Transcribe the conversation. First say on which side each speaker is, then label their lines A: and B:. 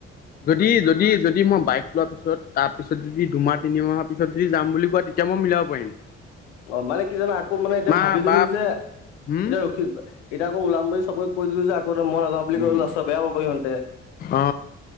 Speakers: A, on the left; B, on the left.
A: যদি-যদি-যদি মই বাইক লোৱা পিছত তাৰ পিছত যদি দুমাহ তিনিমাহৰ পিছত যদি যাম বুলি কোৱা তেতিয়া মই মিলাব পাৰিম।
B: অ মানে কি জানো আকৌ মানে এতিয়া
A: মা
B: ভাবি দিলো
A: বাপ
B: যে
A: হম
B: এতিয়া ৰখিল, এতিয়া আকৌ ওলাম বুলি চবে কৈ দিলো যে মই নেযাওঁ বুলি
A: উম
B: কলে লাষ্টত বেয়া পাব সিহঁতে।
A: অ